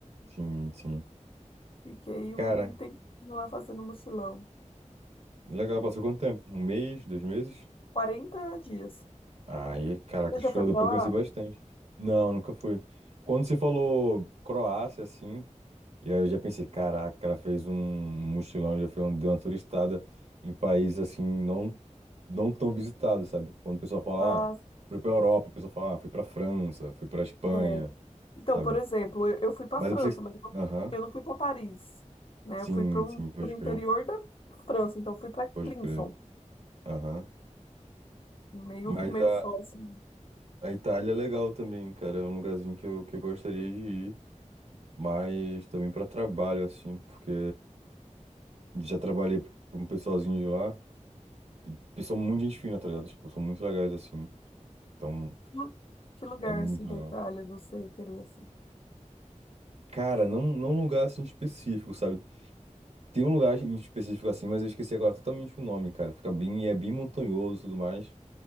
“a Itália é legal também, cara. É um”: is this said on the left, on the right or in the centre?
Right